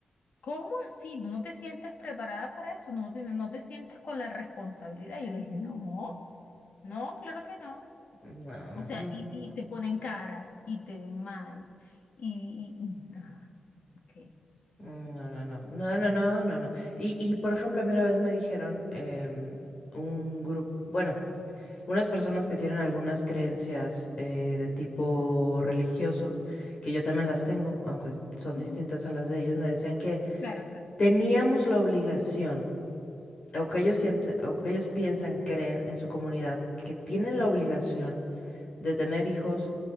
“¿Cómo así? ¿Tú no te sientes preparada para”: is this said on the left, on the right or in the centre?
Left